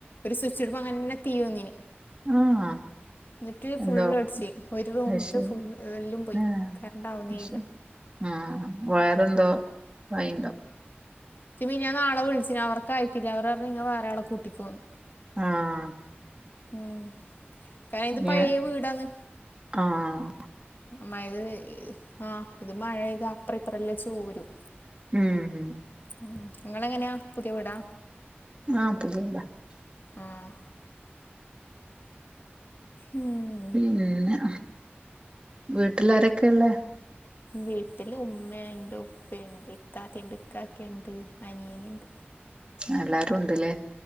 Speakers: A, on the left; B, on the right.
A: ഒരു സ്വിച്ച് ഇടുമ്പോ അങ്ങനെ തീ വന്നിനി
B: ആഹ്
A: ന്നട്ട് ഫുള്അടിച്ച്
B: എന്തോ
A: ഒരു റൂമ്ത്തെ
B: അത് ശരി
A: ഫുള് എല്ലും പോയി
B: ആഹ്
A: കറണ്ട് ആവുന്നേ
B: അത്
A: ഇല്ല
B: ശരി ആഹ് വയറെന്തോ
A: ഉം
B: ഇതായിണ്ടാവും
A: ച്ച് മിഞ്ഞാന്ന് ആളെ വിളിച്ചിനി അവർക്കായിട്ടില്ല അവർ പറഞ്ഞു നിങ്ങ വേറാളെ കൂട്ടിക്കോന്ന്
B: ആഹ്
A: ഉം കാരണം ഇത്
B: ഇനി
A: പഴയ വീടാന്ന്
B: ആഹ്
A: മയ്ത് ആഹ് ഇത് മഴ പെയ്താ അപ്രേ ഇപ്ര എല്ലാം ചോരും
B: ഉം
A: ഉം ഇങ്ങളങ്ങനെയാ പുതിയ വീടാ
B: ആഹ് പുതിയ വീടാ
A: ആഹ് ഉം
B: പിന്നെ വീട്ടിലാരൊക്കെയ്ള്ളേ?
A: വീട്ടിൽ ഉമ്മയുണ്ട് ഉപ്പയുണ്ട് ഇത്താത്തിണ്ട് ക്കാക്കെ ഇണ്ട് അനിയന്ണ്ട്
B: എല്ലാരുംണ്ട്ല്ലേ